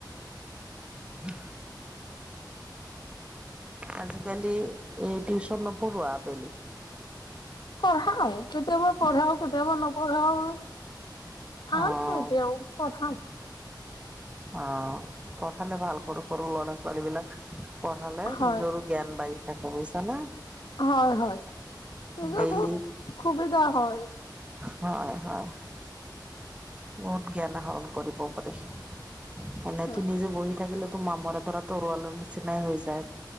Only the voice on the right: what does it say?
হ আজিকালি এই টিউচন নপঢ়োৱা আবেলি,?
অ',
আহ পঢ়ালে ভাল কৰো সৰু ল'ৰা ছোৱালী বিলাক পঢ়ালে
নিজৰো জ্ঞান বাঢ়ি থাকে বুজিছাানে।
ডেইলি
হয় হয় বহুত জ্ঞান আহৰণ কৰিব পাৰি। এনেই
তোৰ নিজে বহি থাকিলে তোৰ মামৰে ধৰা তৰুৱালৰ নিচিনাই হৈ যায়।